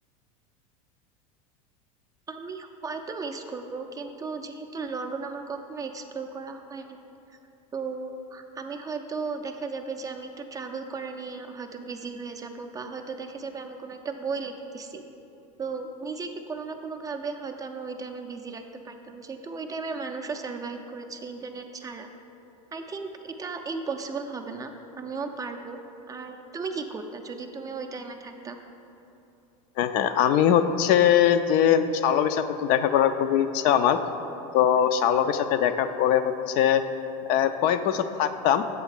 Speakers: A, on the right; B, on the left.
A: আমি হয়তো মিস করব কিন্তু যেহেতু লন্ডন আমার কখনো এক্সপ্লোর করা হয়নি তো আমি হয়তো দেখা যাবে যে আমি একটু ট্রাভেল করা নিয়ে হয়তো বিজি হয়ে যাব বা হয়তো দেখা যাবে আমি কোনো একটা বই লিখতেছি তো নিজেকে কোনো না কোনো ভাবে হয়তো আমি ওই টাইমে বিজি রাখতে পারতাম যেহেতু ওই টাইমের মানুষও সার্ভাইভ করেছে ইন্টারনেট ছাড়া আই থিংক এটা ইম্পসিবল হবে না আমিও পারবো আর তুমি কি করতা যদি তুমি ওই টাইমে থাকতা
B: হ্যাঁ হ্যাঁ আমি হচ্ছে যে শাওলকের সাথে তো দেখা করার খুবই ইচ্ছা আমার তো শাওলকের সাথে দেখা করে হচ্ছে আহ, কয়েক বছর থাকতাম